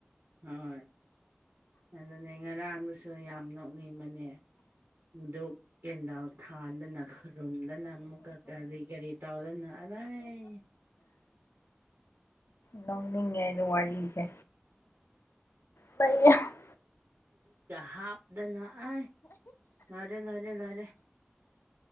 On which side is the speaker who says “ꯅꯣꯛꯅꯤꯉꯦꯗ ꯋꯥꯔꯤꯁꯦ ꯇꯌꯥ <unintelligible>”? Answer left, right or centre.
Left